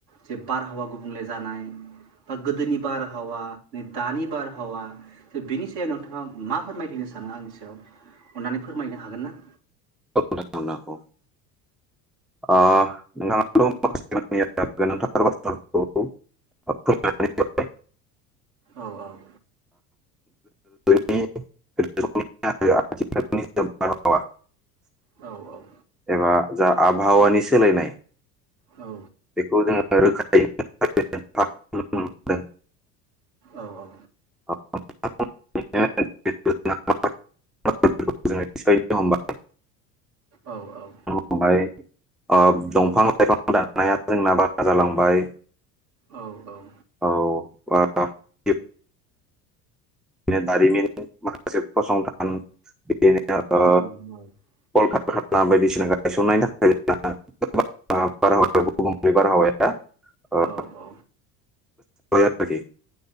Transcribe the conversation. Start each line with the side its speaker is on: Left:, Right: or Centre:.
Right: जे बारहावा गुबुंले जानाय बा गोदोनि बारहावा ने दानि बारहावा, बेनि सायाव नोंथाङा मा फोरमायथिनो सानो आंनि सायाव अन्नानै फोरमायनो हागोन ना?
Centre: <unintelligible> ओ <unintelligible>
Right: औ औ
Centre: <unintelligible>
Right: औ औ
Centre: एबा जा आबहावानि सोलायनाय
Right: औ
Centre: बेखौ जोङा रोखा, <unintelligible>
Right: औ औ
Centre: <unintelligible> हमबाय
Right: औ
Centre: हमबाय ओ दंफां लाइफां दाननाया जोंना बारा जालांबाय,
Right: औ औ
Centre: औ बारा <unintelligible> दारिमिन माखासे फसंथान बिदिनो ओ
Right: उम औ
Centre: कलकारखाना बायदिसिना गायसननायनि थाखायनो बारहावाया गुबुंले बारहावाया ओ
Right: औ औ
Centre: <unintelligible>